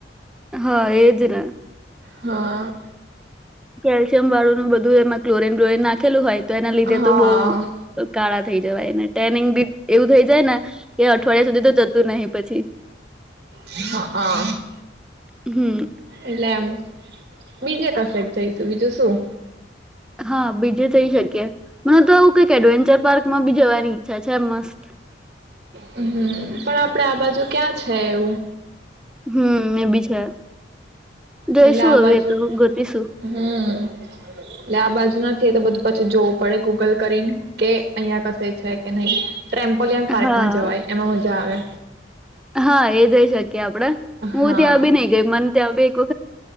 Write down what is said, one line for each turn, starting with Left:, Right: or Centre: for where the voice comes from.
Centre: હા એજ ના
Right: હા.
Centre: કેલ્શિયમ વાળું નું બ ધું એમાં ક્લોરીન બ્લોરીન નાખેલું હોય તો એના લીધે
Right: હા
Centre: તો બહુ કાળા થઈ જવાયને ટ્રેનિંગ બી એવું થઈ જાય ને કે અઠવાડિયા સુધી તો જતું નહી પછી.
Right: હ અહ.
Centre: હમ્મ.
Right: એટલે એમ બીજે કસેક જઈશું બીજું શું.
Centre: હા બીજે થઈ શકી મને તો આવું કઈક એડવેન્ચર પાર્ક માં બી જવાની ઈચ્છા છે મસ્ત.
Right: હમ્મ, પણ આપડે આ બાજુ ક્યાં છે એવું?
Centre: હમ્મ, એ બી છે. જોઈશું
Right: એટલે આ
Centre: હવે
Right: બાજુ
Centre: એતો ગોતીશું.
Right: હમ એટલે આ બાજુ નથી એ તો બધું પછી જોવું પડે ગૂગલ કરીને કે અહિયાં કશે છે કે નહી. ટ્રેમપોલિયન પાર્કમાં
Centre: હા
Right: જવાય. એમાં મજ જા આવે.
Centre: હા, એ જઈ શકીએ આપડે. હું
Right: હા
Centre: ત્યાં બી નઈ ગઈ મને ત્યાં બી એકુ